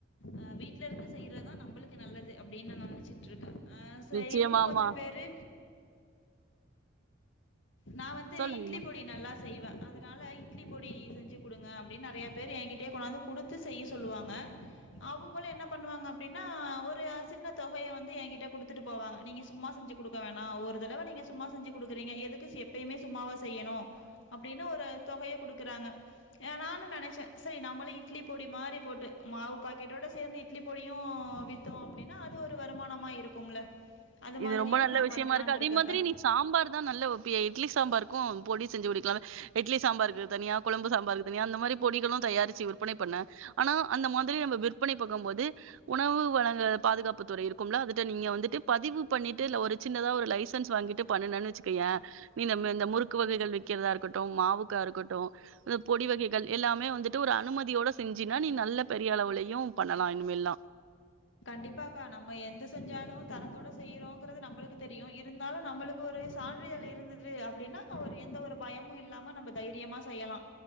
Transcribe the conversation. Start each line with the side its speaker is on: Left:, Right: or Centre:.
Left: அஹ் வீட்டு ட்ல இருந்து செய்றதா நம்மளுக்கு நல்லது அப்டின்னு நா நெனச்சிட்டுருக்கே அஹ் சரி
Right: நிச்சயமாமா
Left: இன்னு கொஞ்ச பேரு நா வந்து
Right: சொல்லுங்கம்மா
Left: இட்லி பொடி நல்லா செ செய்வே அதனால இட்லி பொடி செஞ்சு குடுங்க அப்டின்னு நெறயா பேர் என்கிட்டையே கொண்டாந்து குடுத்து செய்ய சொல்லுவாங்க அவங்களு என்ன பண்ணுவாங்க அப்டின்னா ஒரு சின்ன தொகையை வந்து என்கிட்ட குடுத்துட்டு போவாங்க நீங்க சும்மா செஞ்சு குடுக்க வேணா ஒரு தடவை நீங்க சும்மா செஞ்சு குடுக்கறீங்க எதுக் எப்பயுமே சும்மாவா செய்யணும் அப்டின்னு ஒரு தொகையை குடுக்குறாங்க நானு நெனைச்சே செரி நம்ளும் இட்லி பொடி மாரி போட்டு மாவு பாக்கெட்டோட சேந்து இட்லி பொடியு வித்தோ அப்டின்னா அது ஒரு வருமானமா இருக்கும்ல அது
Right: இது
Left: மாதிரியு
Right: ரொம்ப நல்ல
Left: நான்
Right: விஷயமாருக்கு
Left: பண்ணலான்ட்டு
Right: அதே
Left: இருக்கேன்க்கா
Right: மாதிரி நீ சாம்பார் தா நல்ல வப் இட்லி சாம்பாருக்கும் பொடி செஞ்சு குடிக்கலா இட்லி சாம்பாருக்கு தனியா கொழம்பு சாம்பாருக்கு தனியா அந்த மாதிரி பொடிகளு தயாரிச்சு விற்பனை பண்ணு ஆனா அந்த மாதிரி நம்ம விற்பனை பாக்கும் போது உணவு வழங்க பாதுகாப்புத்துறை இருக்கும்ல அத நீங்க வந்துட்டு பதிவு பண்ணிட்டு இல்ல ஒரு சின்னதா ஒரு லைசன்ஸ் வாங்கிட்டு பண்னுனனு வச்சுக்கையே நீ இந்த இந்த முறுக்கு வகைகள் விக்கிறதா இருக்கட்டு மாவுக்கா இருக்கட்டு இந்த பொடி வகைகள் எல்லாமே வந்துட்டு ஒரு அனுமதியோட செஞ்சனைய நீ நல்ல பெரிய அளவுலயையு பண்ணலா இனிமேலா
Left: கண்டிப்பாக்கா நம்ம எத செஞ்சாலும் தரத்தோட செய்யறோங்கிறது நம்மளுக்கு தெரியு இருந்தாலு நம்மளுக்கு ஒரு சான்றிதழ் இருந்தது அப்டின்னா ஒரு எந்த ஒரு பயமும் இல்லாம நம்ம தைரியமா செய்யலா